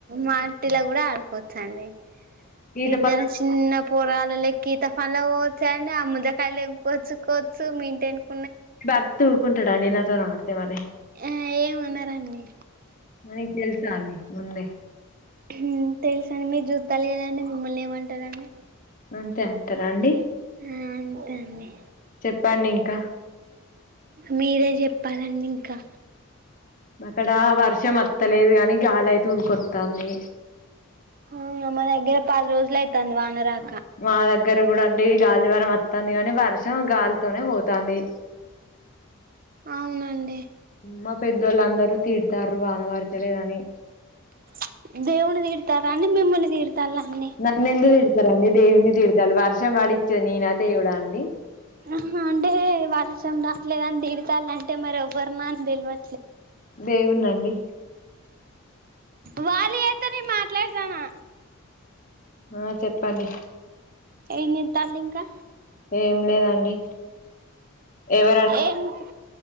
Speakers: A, on the right; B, on the left.
A: మట్టిలో కూడా ఆడుకోవచ్చండి.
B: ఈత
A: ఇద్దరు
B: ప
A: చిన్న పొరాగలలేక్క ఈత. మళ్ళ పోవచ్చాంటే ఆ ముందకాయలు తేంపుకోచ్చుకోవచ్చు మీ ఇంటి వెనక.
B: భర్త ఊకుంటాడా అండి నాతో ఆడితే మరి.
A: ఆ ఏమనరండి
B: ఆహ్ నీకు తెలుసా అండి ముందే.
A: ఉమ్ తెలుసండి మీరు చూద్దాలేరండి మిమ్మల్ని ఏమంటారండి.
B: అంతే అంటారా అండి
A: ఆ అంతే అండి
B: చెప్పండి ఇంకా.
A: మీరే చెప్పాలండి ఇంకా.
B: ఇక్కడ వర్షం వత్తలేదు కాని గాలి అయితే ఊకొస్తాంది.
A: అవునా మా దగ్గర పది రోజులు అయితాంది వానరాక.
B: మా దగ్గ. దగ్గర కూడా అండి గాలి వాన వస్తది గాని వర్షం గాలితోనే పోతంది.
A: అవునండి.
B: మా పెద్దోళ్ళు అందరూ తిడతాండ్రు వానపడుత లేదని.
A: ప్చ్ దేవుని తిడతారా అండి మిమ్మల్ని. తిడతాల్లా అండి
B: నన్ను ఎందుకు తిడుతారండి దేవుడిని తిడతారు వర్షం పడిచ్చేది నేనా దేవుడా అండి.
A: ఆహ్ అంటే వార్షం దావట్లేదని తిడుతళ్ అంటే మరి ఎవరిని అని తెలువా.
B: దేవునండి.
A: వాళ్ళు చేస్తానే నేను మాట్లాడతానూ.
B: ఆహ్ చెప్పండి.
A: ఏం చెప్పాలి ఇంకా.
B: ఏం లేదండి. ఎవరండి
A: ఎందుకు